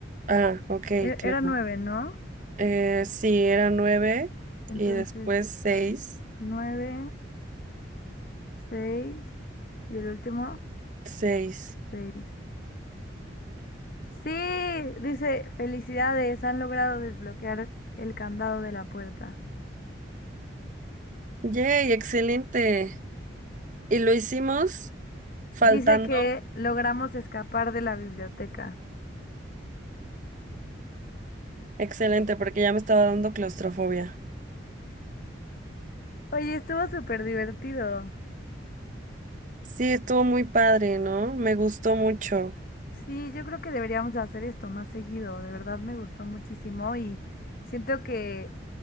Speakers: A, on the right (about 40°); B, on the left (about 45°).
A: Ah, ok,
B: E-
A: claro.
B: Era 9, ¿no?
A: Eh, sí, era nueve
B: Entonces,
A: y después seis,
B: 9 seis y el último,
A: seis.
B: seis. Sí, dice, felicidades, han logrado desbloquear el candado de la puerta.
A: ¡Yay! Excelente. Y lo hicimos faltando.
B: Dice que logramos escapar de la biblioteca.
A: Excelente, porque ya me estaba dando claustrofobia.
B: Oye, estuvo súper divertido.
A: Sí, estuvo muy padre, ¿no? Me gustó mucho.
B: Sí, yo creo que deberíamos de hacer esto más seguido. De verdad me gustó muchísimo y siento que